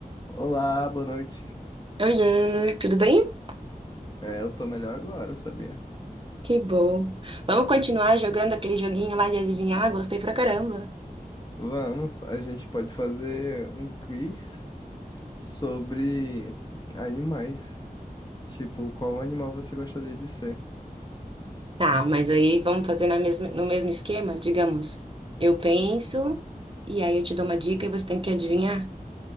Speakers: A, on the left; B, on the right.
A: Olá, boa noite.
B: Oiê, tudo bem?
A: É, eu tô melhor agora, sabia?
B: Que bom. Vamos continuar jogando aquele joguinho lá de adivinhar? Gostei pra caramba.
A: Vamos, a gente pode fazer um quiz sobre animais. Tipo, qual animal você gostaria de ser?
B: Tá, mas aí vamos fazer na mesma, no mesmo esquema? Digamos, eu penso e aí eu te dou uma dica e você tem que adivinhar.